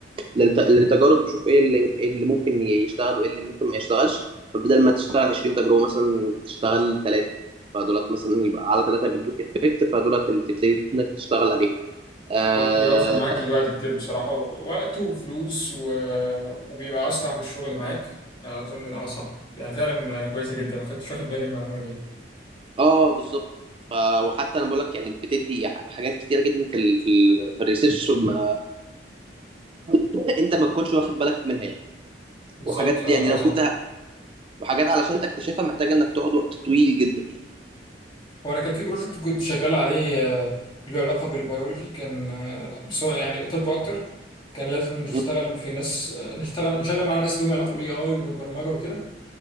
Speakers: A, on the right (about 30°); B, on the left (about 25°).
A: للت... للتجارب تشوف ايه اللي... إيه اللي ممكن يشتغل وايه اللي ممكن ما يشتغلش فبدل ما تشتغل 20 تجربه مثلا تشتغل ثلاثه فدولت مثلا يبقى على ثلاثه بيدوك افكت فدولت اللي تبتدي انك تشتغل عليهم اه
B: طب بيوفر معاك الوقت كتير بصراحه وقت وفلوس و... وبيبقى اسرع في الشغل معاك اظن اه صح يعني فعلا كويسه جدا ما كنتش واخد بالي من المعلومه دي يعني.
A: آه، بالظبط ف وحتى انا بقول لك يعني بتدي ح- حاجات كتيره جدا في ال في ال في الريسيرش ما <laughs> انت ما تكونش واخد بالك منها يعني
B: بالظبط
A: وحاجات
B: اه
A: يعني لو
B: آه، صح
A: كنت ه- وحاجات علشان تكتشفها محتاجه انك تقعد وقت طويل جدا يعني
B: هو انا كان في بروجكت كنت شغال عليه آه، له علاقه بالبيولوجي كان آه، سواء يعني طب اكتر كان لازم نشتغل
A: مم.
B: في ناس آه، نشتغل نشغل مع ناس لهم علاقه بالاي اي والبرمجه وكده